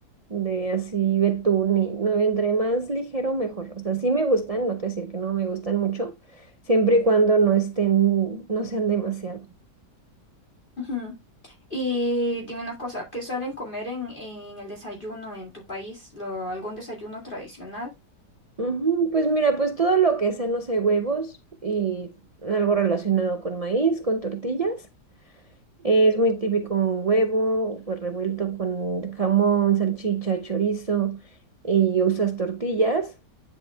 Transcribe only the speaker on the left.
Ujú. Y dime una cosa, ¿qué suelen comer en, en el desayuno en tu país? ¿Lo- algún desayuno tradicional?